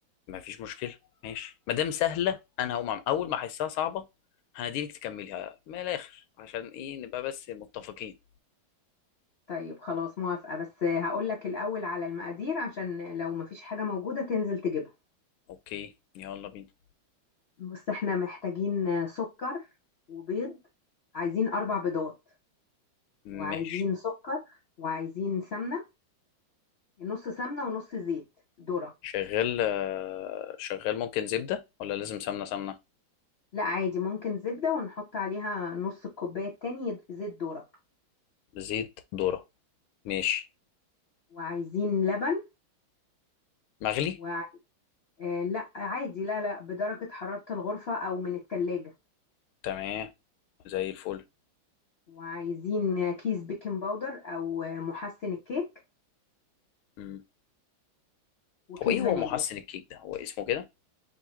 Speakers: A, on the left (about 85°); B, on the left (about 50°).
A: ما فيش مشكلة ماشي ما دام سهلة أنا هقوم عم أول ما أحسها صعبة هنديلك تكمليها من الآخر عشان إيه نبقى بس متفقين
B: طيب خلاص موافقه بس هقول لك الاول على المقادير عشان لو مفيش حاجه موجوده تنزل تجيبها
A: أوكي يلا بينا
B: بص احنا محتاجين سكر وبيض عايزين اربع بيضات
A: ماشي
B: وعايزين سكر وعايزين سمنه نص سمنة ونص زيت ذرة
A: شغال آه، شغال ممكن زبدة ولا لازم سمنة سمنة
B: لا عادي ممكن زبدة ونحط عليها نص الكوباية التاني زيت ذرة
A: زيت ذرة ماشي
B: وعايزين لبن
A: مغلي
B: و... آه لا عادي لا لا بدرجة حرارة الغرفة أو من التلاجة
A: تمام زي الفل
B: وعايزين كيس بيكنج باودر أو محسن الكيك
A: مم.
B: وكيس
A: هو إيه هو
B: فانيليا
A: محسن الكيك ده هو اسمه كده